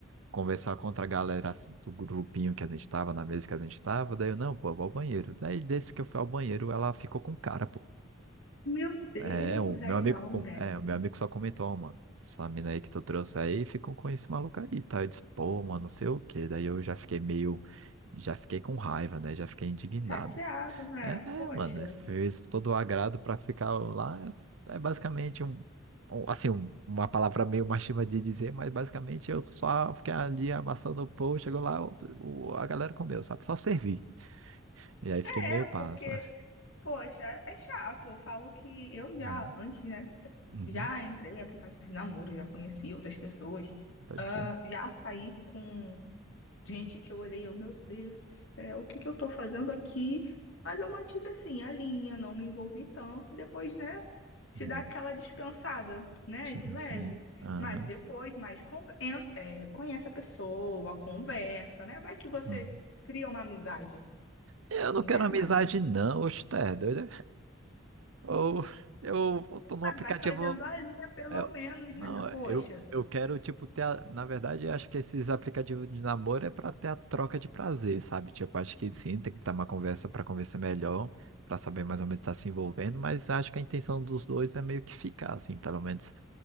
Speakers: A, on the right (about 80°); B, on the left (about 75°).
A: conversar contra a galera assim, do grupinho que a gente tava, na mesa que a gente tava, daí eu, não, pô, eu vou ao banheiro. Daí desse que eu fui ao banheiro, ela ficou com o cara, pô.
B: Meu Deus,
A: É, o
B: aí
A: meu amigo,
B: não,
A: com...
B: gente.
A: é, o meu amigo só comentou, ó, mano, essa mina aí que tu trouxe aí ficou com esse maluco aí, tá? Eu disse, pô, mano, não sei o quê. Daí eu já fiquei meio, já fiquei com raiva, né? Já fiquei indignado.
B: Chateado, né?
A: É,
B: Poxa,
A: é, mano, ele fez todo o agrado pra ficar lá. É basicamente um, um- assim, um- uma palavra meio machista de dizer, mas basicamente eu só fiquei ali amassando o pão, chegou lá, o, o- a galera comeu, sabe? Só servi. E aí fiquei
B: é,
A: meio passa.
B: porque, poxa, é chato. Eu falo que eu já,
A: Uhum.
B: antes, né?
A: Uhum.
B: Já entrei em aplicativos de namoro, já conheci outras pessoas,
A: Pode
B: ah,
A: crer.
B: já saí com Gente, que eu olhei, eu, meu Deus do céu, o que que eu tô fazendo aqui? Mas eu mantive assim a linha, não me envolvi tanto. Depois, né, te
A: Uhum.
B: dá aquela dispensada, né,
A: Sim,
B: de leve.
A: sim. Aham.
B: Mas depois, mais con- en- é, conhece a pessoa, conversa, né? Vai que você
A: Uhum.
B: cria uma amizade,
A: Eu não
B: né?
A: quero amizade,
B: Mas,
A: não, oxe, tá é doido? é? Ou eu tô num
B: mas
A: aplicativo.
B: vai fazendo a linha pelo
A: É,
B: menos,
A: não,
B: né? Poxa.
A: eu, eu quero, tipo, ter. a- na verdade, eu acho que esses aplicativos de namoro é pra ter a troca de prazer, sabe? Tipo, acho que sim, tem que ter uma conversa pra conversar melhor, pra saber mais ou menos estar se envolvendo, mas acho que a intenção dos dois é meio que ficar, assim, pelo menos.